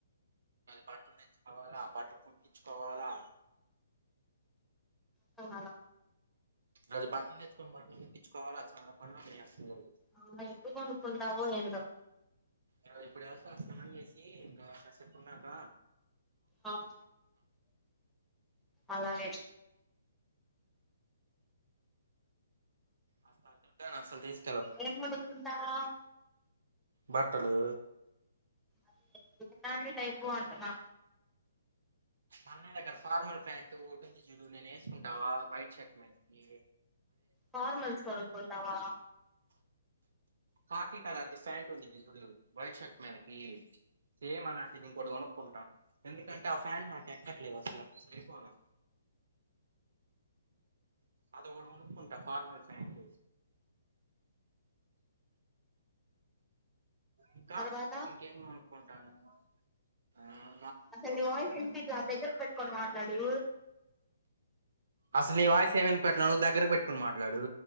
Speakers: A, on the right; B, in the centre.
A: బట్టలు తెచ్చుకోవాల ఆ బట్టలు కుట్టించుకోవాలా.
B: కోవాలా.
A: అది బట్టలు తెచ్చుకొని బట్టలు కుట్టించుకోవాల చాలా పనులు ఉన్నాయి అసలు ఈరోజు.
B: అవునే ఎప్పుడు కొనుకుంటావో ఏందో.
A: ఆహ్ ఇప్పుడు వెళ్తా స్నానం చేసి ఇంకా కాసేప్ ఉన్నాక.
B: ఆహ్ అలాగే.
A: ఆహ్ <unintelligible> అసలు తీస్
B: ఏం కొనుకుంటావ్.
A: బట్టలు.
B: అదే ఎలాంటి టైపు అంటున్నా.
A: అన్నయ్యా దగ్గర ఫార్మల్ ప్యాంటు ఒకటి ఉంది చూడు నేను వేసుకుంటా వైట్ షర్ట్ మీదకి.
B: ఫార్మల్స్ కొనుక్కుంటావా.
A: ఖాకిీ కలర్ది ప్యాంట్ ఉంది చూడు వైట్ షర్ట్ మీదకి. సేమ్ అలాంటిది ఇంకోటి కొనుక్కుంటా ఎందుకంటే ఆ ప్యాంట్ నాకు ఎక్కట్లేదు అసలు సరిపోదు. అదొకటి కొనుక్కుంటా ఫార్మల్ పాయింట్. ఇంకా
B: తర్వాత
A: ఇంకేమి కొనుక్కుంటాను ఆహ్.
B: అసలు నీ వాయిస్ వినిపిట్లే ఆహ్ దగ్గరికి పెట్టుకొని మాట్లాడు.
A: అసలు నీ వాయిస్ ఏం వినిపియట్లే నవ్వు దగ్గరకి పెట్టుకుని మాట్లాడు.